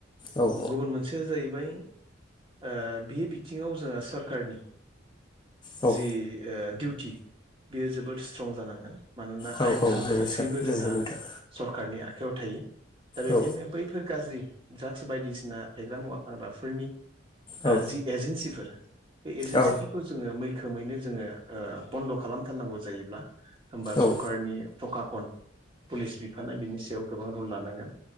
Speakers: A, on the left; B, on the right.
A: औ
B: गुबुन मोनस सेया जाहैबाय ओ बे बिथिङाव जोंहा सरकारनि
A: औ
B: जि ओ डिउटि बेयो जोबोद स्ट्रं जानांगोन। मानोना
A: औ
B: आयेन खानुन
A: नंगौ
B: गासैबो
A: सार नंगौ
B: जोंहा‌
A: नोंथां
B: सरखारारनि आखायाव थायो दा बेखायनो
A: औ
B: बैफोर गाज्रि ड्राग्स बायदिसिना फेग्रा मुवा फानग्राफोरनि ओ
A: औ
B: जि एजेन्सिफोर बे एजेन्सिखौ
A: औ
B: खौ जोङो मैखोमैनो जोङो ओ बन्द' खालामथारनांगौ जायोब्ला होमबा सरकारनि
A: औ
B: फकाखन पुलिस बिफाना बिनि सायाव गोबां रुल लानांगोन